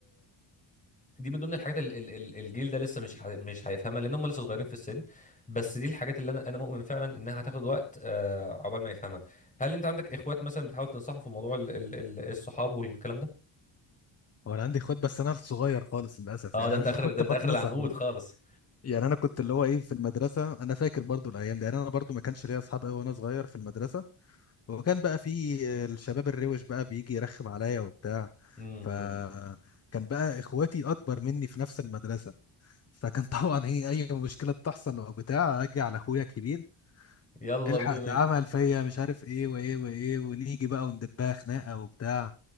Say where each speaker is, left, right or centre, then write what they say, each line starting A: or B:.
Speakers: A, on the left; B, on the left.
A: دي من ضمن الحاجات ال- ال- ال- الجيل ده لسه مش ح- مش هيفهمها لان هم لسه صغيرين في السن بس دي الحاجات اللي انا انا مؤمن فعلا انها هتاخد وقت آه، عقبال ما يفهمها هل انت عندك اخوات مثلا بتحاول تنصحهم في موضوع ال- ال- ال- الصحاب والكلام ده
B: وانا عندي اخوات بس انا صغير خالص للاسف
A: اه
B: يعني
A: ده
B: <laughs>
A: انت
B: انا
A: اخر
B: كنت
A: ده انت
B: بتنصح
A: اخر العنقود
B: بقى
A: خالص
B: يعني انا كنت اللي هو ايه في المدرسة انا فاكر برضو الايام دي يعني انا برضو ما كانش ليا اصحاب قوي وانا صغير في المدرسة وكان بقى في الشباب الروش بقى بيجي يرخم عليا وبتاع
A: امم
B: ف كان بقى اخواتي اكبر مني في نفس المدرسه فكان طبعا ايه اي مشكله بتحصل او بتاع اجي على اخويا الكبير
A: يلا
B: الحق
A: بينا
B: ده عمل فيا مش عارف ايه وايه وايه ونيجي بقى وندبها خناقه وبتاع